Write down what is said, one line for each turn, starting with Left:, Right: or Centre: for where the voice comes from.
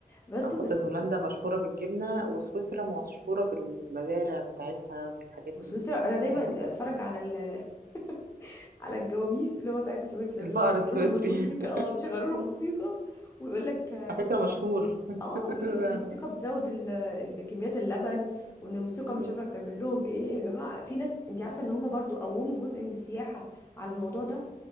Left: برضو
Right: أعتقد
Left: بس
Right: هولندا مشهورة بالجبنة وسويسرا مشهورة بالمزارع بتاعتها والحاجات
Left: وسويسرا
Right: ال-
Left: انا دايما
Right: الساحات اللي وسط-
Left: اتفرج على ال... <laughs> على الجواميس اللي هو بتاعت سويسرا
Right: البقر
Left: دي، اللي هو بيشغلوا
Right: السويسري
Left: لهم الموسيقى
Right: <laughs>
Left: اه بيشغلوا لهم موسيقى ويقول لك
Right: على فكرة مشهور <laughs>
Left: اه بيقول
Right: فعلا
Left: لك ان الموسيقى بتزود ال... ال- كميات اللبن وان الموسيقى مش
Right: مم.
Left: عارفه بتعمل لهم ايه يا جماعه في ناس انت عارفه ان هم برضو قوموا جزء من السياحه على الموضوع ده